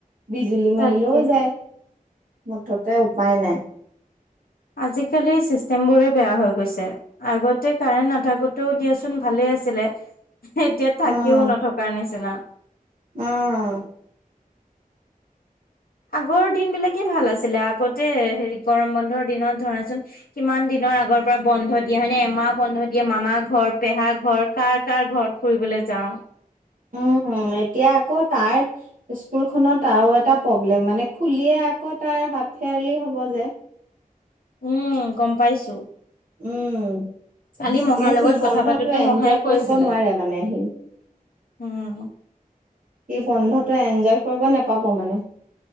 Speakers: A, on the right; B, on the left.
A: বিজুলী মাৰিলেও
B: তাকে
A: যায়, মুঠতে উপায় নাই।
B: আজিকালি ছিষ্টেমবোৰেই বেয়া হৈ গৈছে। আগতে কাৰেণ্ট নাথাকোতেও দিয়াচোন ভালে আছিলে এতিয়া থাকিও
A: উম
B: নথকাৰ নিচিনা।
A: উম'
B: আগৰ দিন বিলাকে ভাল আছিলে, আগতে হেৰি গৰম বন্ধৰ দিনত ধৰাচোন কিমান দিনৰ আগৰ পৰা বন্ধ দিয়ে হয় নে, এমাহ বন্ধ দিয়ে মামা ঘৰ, পেহা ঘৰ, এই কাৰ কাৰ ঘৰ ফুৰিবলৈ যাওঁ।
A: উম, এতিয়া আকৌ তাৰ স্কুলখনত আৰু এটা প্ৰব্লেম, মানে খুলিয়ে আকৌ তাৰ হাফ এয়াৰলি হ'ব যে।
B: উম গম পাইছো।
A: উম।
B: কালি
A: গতিকে
B: মহাৰ লগত
A: সি বন্ধতটো
B: কথা পাতোতে
A: এনজয়
B: মহাই কৈছিলে
A: কৰিব নোৱাৰে মানে সি।
B: উম।
A: এই বন্ধটো এনজয় কৰিব নেপাব মানে।